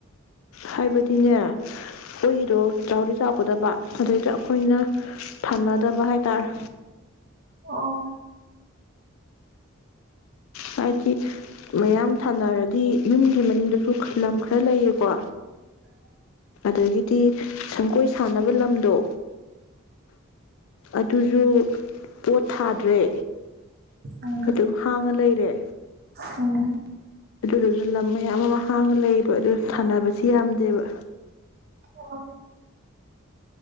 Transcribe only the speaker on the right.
ꯑꯣ
ꯑ
ꯎꯝ
ꯎ
ꯑꯣ